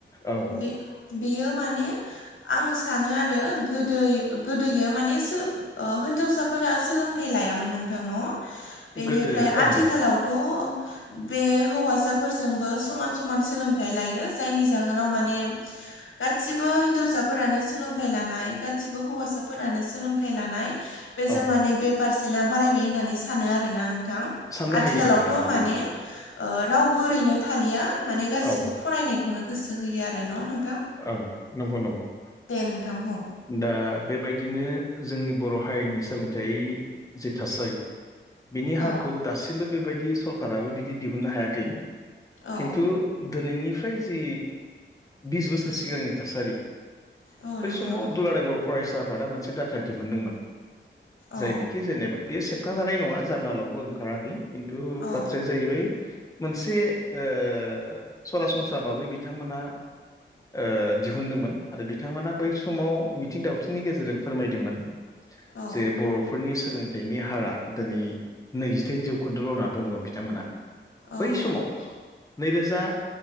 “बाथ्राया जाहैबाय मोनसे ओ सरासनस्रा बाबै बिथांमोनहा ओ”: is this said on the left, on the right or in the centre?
Left